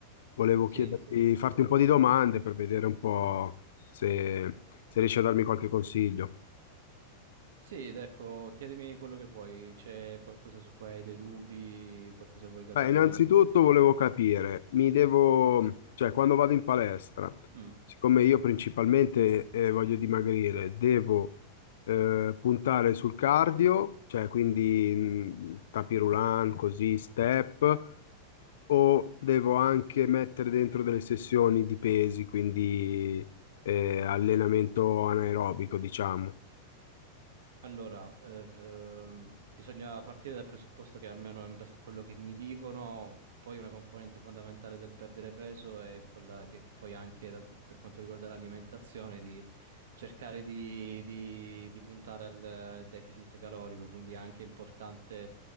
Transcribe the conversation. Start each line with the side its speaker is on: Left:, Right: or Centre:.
Left: volevo
Right: Sì,
Left: chiederti,
Right: sì, sì, ci
Left: farti
Right: provo.
Left: un po' di domande per vedere un po' se, se riesci a darmi qualche consiglio.
Right: Sì, ed ecco, chiedimi quello che vuoi, c'è qualcosa su cui hai dei dubbi, qualcosa vuoi capire
Left: Beh, innanzitutto
Right: meglio?
Left: volevo capire, mi devo, cioè quando vado in palestra,
Right: Mm.
Left: siccome io principalmente eh, voglio dimagrire, devo eh, puntare sul cardio, cioè quindi mh, tapis roulant, così, step, o devo anche mettere dentro delle sessioni di pesi, quindi eh, allenamento anaerobico, diciamo.
Right: Allora, eh, ehm, bisogna partire dal presupposto che almeno in base a quello che mi dicono, poi una componente fondamentale del perdere peso è quella che poi anche da- per quanto riguarda l'alimentazione, di cercare di, di- di puntare al eh, deficit calorico, quindi è anche importante